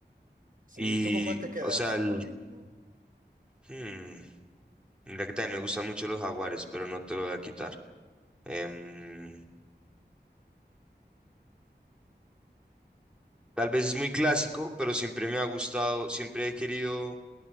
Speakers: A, on the right; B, in the centre.
A: Sí,
B: Y,
A: ¿tú con cuál te quedas?
B: o sea, el,
A: Con...
B: Hmm, mira que también me gustan mucho los jaguares, pero no te lo voy a quitar. Em, tal vez es muy clásico, pero siempre me ha gustado, siempre he querido